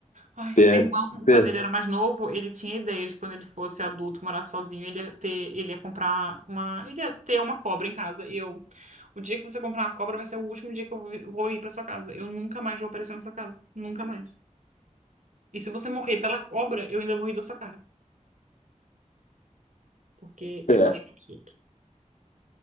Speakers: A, on the right; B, on the left.
A: Ai,
B: É,
A: o meu irmão,
B: cê-
A: quando ele era mais novo, ele tinha ideia de que quando ele fosse adulto, morar sozinho, ele ia ter, ele ia comprar uma, ele ia ter uma cobra em casa. E eu, o dia que você comprar uma cobra vai ser o último dia que eu vou vi- vou ir pra sua casa. Eu nunca mais vou aparecer na sua casa, nunca mais. E se você morrer pela cobra, eu ainda vou rir da sua cara, porque eu
B: é.
A: acho um absurdo.